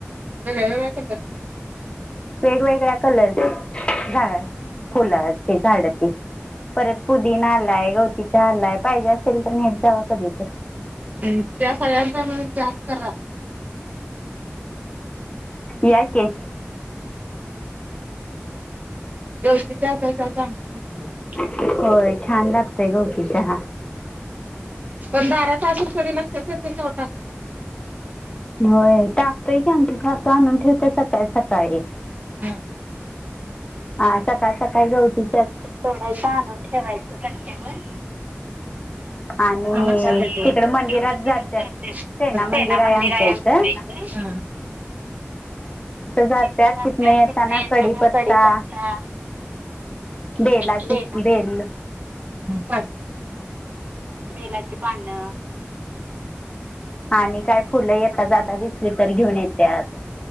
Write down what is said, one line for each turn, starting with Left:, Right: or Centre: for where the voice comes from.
Right: मव बक बरत का
Left: वेगवेगळ्या कलरचे झाड फुलाची झाड त परत पुदी नालाय गवती चालाय पाहिजे असेल तर नेत जावा कधी तर
Right: हम् त्या सगळ्यांचा म्हणून जास् करा.
Left: याके
Right: दळशीचा अस चांगला लागत.
Left: होय छान लागतय गवती चहा
Right: पण बारा तासून कडी लक्षातव टाकायचं.
Left: होय टाकतोय की आमच्या स्स आणून ठेवत सकाळी सकाळी
Right: हम.
Left: हा सकाळ सकाळी गवती
Right: थोडाचा आणून ठेवायचं चटक्यावर
Left: आणि
Right: लक्षात येत
Left: तिकडे मंदिरात
Right: तिक मंदिर
Left: जात्यात सेना
Right: ना मंदिर
Left: आमच्या
Right: आहे.
Left: इथं
Right: ह.
Left: जात्यात
Right: तिथं जाते
Left: तिथनं
Right: किथ
Left: येताना
Right: नाही येता
Left: कडीपत्ता
Right: ना कडीी पत्ता
Left: बेलाची
Right: देट
Left: बेल
Right: भट बेलाची पानं
Left: आणि काय फुलं येेतात जाता दिसली तर घेऊन येतेत.